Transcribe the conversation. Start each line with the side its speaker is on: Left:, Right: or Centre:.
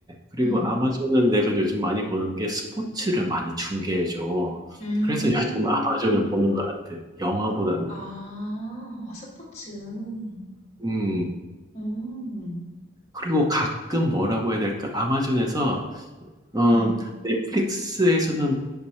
Right: 그리고
Left: 응.
Right: 아마존은 내가 요즘 많이 보는 게 스포츠를 많이 중계해줘.
Left: 음.
Right: 그래서 요즘 아마존을 보는 것 같아. 영화보다는.
Left: 아, 어, 스포츠. 응,
Right: 음,
Left: 음.
Right: 그리고 가끔 뭐라고 해야 될까? 아마존에서, 음,
Left: 응,
Right: 넷플릭스에서는